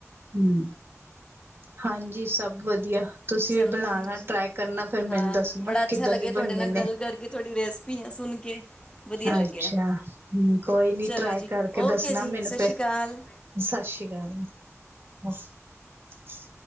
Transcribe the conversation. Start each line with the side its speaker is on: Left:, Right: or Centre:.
Right: ਹਮ, ਹਾਂਜੀ ਜੀ ਸਭ ਵਧੀਆ। ਤੁਸੀਂ
Left: ਚਲੋ
Right: ਵੀ ਬਣਾਣਾ
Left: ਜੀ
Right: ਟਰਾਈ ਕਰਨਾ ਫੇਰ
Left: ਹਾਂ
Right: ਮੈਨੂੰ ਦੱਸਣਾ
Left: ਬੜਾ ਅੱਛਾ
Right: ਕਿੱਦਾਂ
Left: ਲੱਗਿਆ
Right: ਦੇ
Left: ਤੁਹਾਡੇ
Right: ਬੰਨੇ
Left: ਨਾਲ ਗੱਲ
Right: ਨੇ।
Left: ਕਰਕੇ ਤੁਹਾਡੀ ਰੈਸਪੀਆਂ ਸੁਣ ਕੇ, ਵਧੀਆ
Right: ਅੱਛਾ
Left: ਲੱਗਿਆ
Right: ਹੁ ਕੋਈ ਨੀ
Left: ਚਲੋ
Right: ਟਰਾਈ
Left: ਜੀ
Right: ਕਰਕੇ
Left: ਓਕੇ
Right: ਦੱਸਣਾ
Left: ਜੀ
Right: ਮੈਨੂੰ
Left: ਸਤਿ
Right: ਫੇਰ
Left: ਸ਼੍ਰੀ ਅਕਾਲ
Right: ਸਤਿ ਸ਼੍ਰੀ ਅਕਾਲ। <unintelligible>